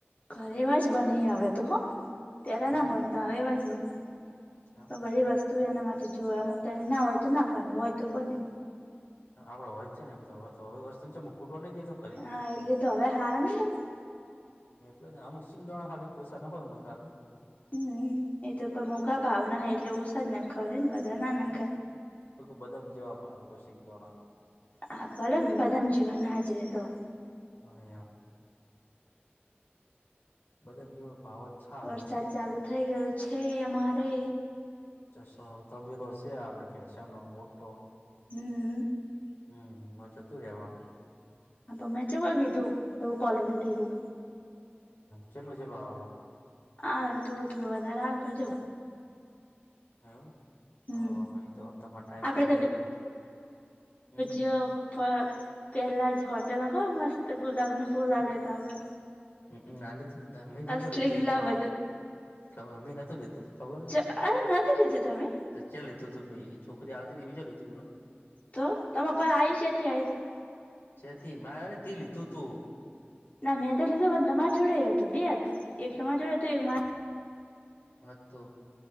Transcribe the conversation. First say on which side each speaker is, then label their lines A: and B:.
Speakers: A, on the left (about 40°); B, on the left (about 65°).
A: ઘરે એવા જ બને હવે તો હ ત્યારે ના
B: એમ
A: બનતા હ એવા જ બન
B: એમ
A: તો બધી વસ્તુ એના માટે જો અમુક ટ ના હોય ના બને હોય તો બને.
B: હ આપડો હોયને છે ને એમ તોય તો હવે વસ્તુ છે ખૂટું નઈ કીધું.
A: હા એટલે હવે હારાની બ <unintelligible>
B: એટલે જ આમુશી બ હાલી પો સગા હો મતાલી.
A: હમ એ તો પણ મોઘા ભાવ ના હ એટલે ઓછા જ ના ખાવડે ને વધારે ના નાખાય.
B: બદ જેવા ભાવ સિંગ દાણા ન તો.
A: હ ભલો બદામ જીવા ના હાજરીલો.
B: હ એમ. બદામ જેવો ભાવ. ચાલે
A: વરસાદ ચાલુ થઇ ગયો છે અમારે.
B: સો તબેલો છે આપડે ભેશાનો મોટો.
A: હમ.
B: હમ જતું રહેવાનું.
A: આપ <unintelligible> એવું પલડું <unintelligible>
B: હ ચલો ચલો આવેરો?
A: હા થોડું થોડો વધારે આપે જવો.
B: એ હ
A: હમ
B: અમે તો તમાર ટાઈમ
A: આપડે
B: થઇ જાય એટલે હમ.
A: <unintelligible> અ પેલા જ હોટલ ખબર મસ્ત ગુલાબનું ફૂલ આલ્યુ ત આપડે.
B: હમ હ આલ્યુતું મે
A: અસલી
B: નતું લીધું.
A: ગુલાબ
B: ખબર મી નતું લીધું ખબર
A: હતું અરે નતું લીધું તમે
B: તને ત ચ લીધુ તું છોકરી આલતી બિજું લી તું બુલ
A: તો તમેં પણ આવીય ચેથી આયુતું.
B: જેથી મારે ને તે લીધું તું.
A: ના મેં તો લીધું પણ તમાર જોડે હતું, બે હતો એક તમાર જોડે હતું એક મા
B: હા તો